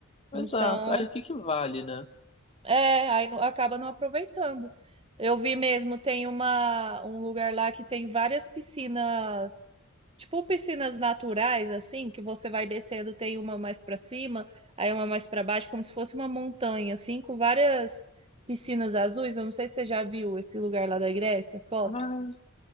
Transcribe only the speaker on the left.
exato. Aí o que que vale, né?
Mas